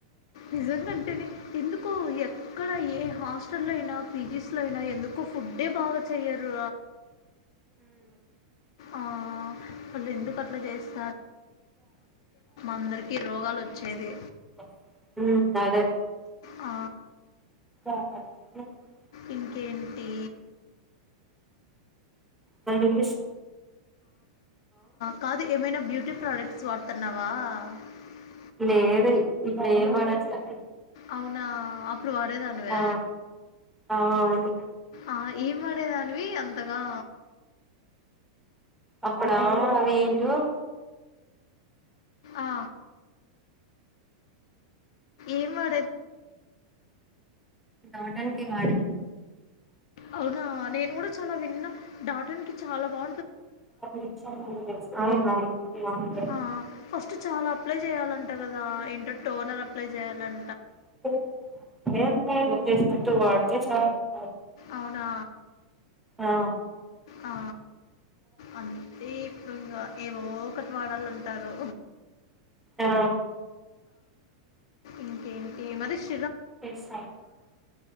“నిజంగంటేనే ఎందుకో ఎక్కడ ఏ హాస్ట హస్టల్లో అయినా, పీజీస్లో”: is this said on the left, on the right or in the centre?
Left